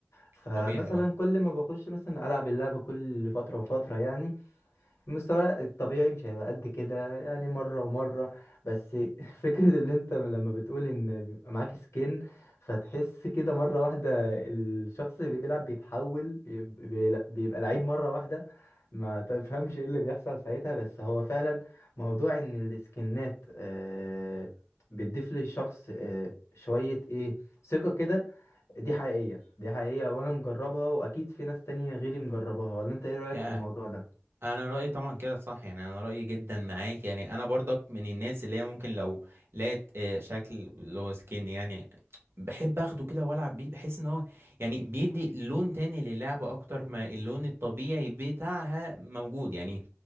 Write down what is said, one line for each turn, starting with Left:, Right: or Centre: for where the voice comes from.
Left: فمثلا
Right: طبيعي اه
Left: كل ما بخش مثلا العب اللعبه كل فتره وفتره يعني المستوى الطبيعي مش هيبقى قد كده يعني مرة ومرة بس <laughs> فكرة اللي انت لما بتقول ان بيبقى معاك سكين فتحس كده مرة واحدة الشخص اللي بيلعب بيتحول بيبقى بيبقى لعيب مرة واحدة ما تفهمش ايه اللي بيحصل ساعتها بس هو فعلا موضوع ان السكنات آه، بتضيف للشخص آه، شوية ايه ثقة كده دي حقيقية دي حقيقية وانا مجربها واكيد في ناس تانية غيري مجربها ولا انت ايه رأيك
Right: يعني
Left: في الموضوع ده؟
Right: انا رايي طبعا كده صح يعني انا رايي جدا معاك يعني انا برضك من الناس اللي هي ممكن لو لقيت آه، شكل اللي هو سكين يعني بحب اخده كده والعب بيه بحس ان هو يعني بيدي لون تاني للعبه اكتر ما اللون الطبيعي بتاعها موجود يعني